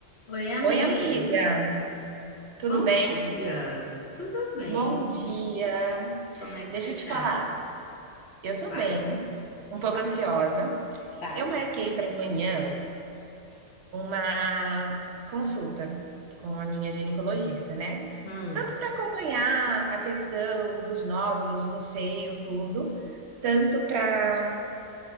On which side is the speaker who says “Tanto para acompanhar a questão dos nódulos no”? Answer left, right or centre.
Right